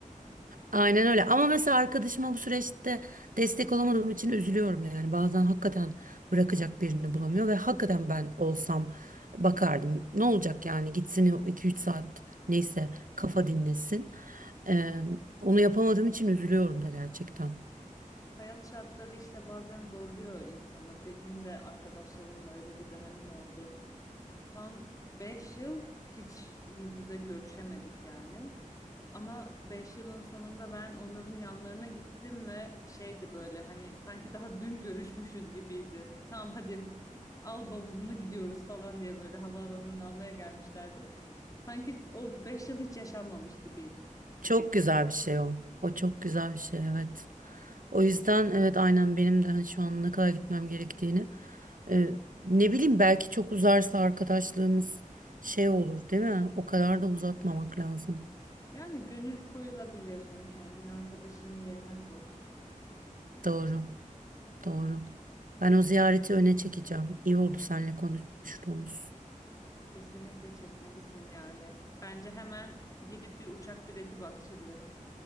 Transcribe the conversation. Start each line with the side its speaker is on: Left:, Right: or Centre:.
Right: Aynen öyle. Ama mesela arkadaşıma bu süreçte destek olamadığım için üzülüyorum yani. Bazen hakikaten bırakacak birini bulamıyor ve hakikaten ben olsam bakardım. Ne olacak yani gitsin o 2-3 saat neyse kafa dinlesin. Ee, onu yapamadığım için üzülüyorum da gerçekten.
Left: Hayat şartları işte bazen zorluyor insanı. Benim de arkadaşlarımla öyle bir dönemim oldu. Tam 5 yıl hiç yüz yüze görüşemedik yani. Ama 5 yılın sonunda ben onların yanlarına gittim ve şeydi böyle hani sanki daha dün görüşmüşüz gibiydi. Tamam hadi al bavulunu gidiyoruz falan diye böyle havaalanından almaya gelmişlerdi. Sanki o 5 yıl hiç yaşanmamış gibiydi.
Right: Çok güzel bir şey o. O çok güzel bir şey evet. O yüzden evet aynen benim de şu an ne kadar gitmem gerektiğini Ee, ne bileyim belki çok uzarsa arkadaşlığımız şey olur değil mi? O kadar da uzatmamak lazım.
Left: Yani gönül koyulabilir hani kendini arkadaşının yerine koy.
Right: Doğru, doğru. Ben o ziyareti öne çekeceğim. İyi oldu seninle konuştuğumuz.
Left: Kesinlikle çekmelisin yani. Bence hemen gidip bir uçak bileti bak şimdi.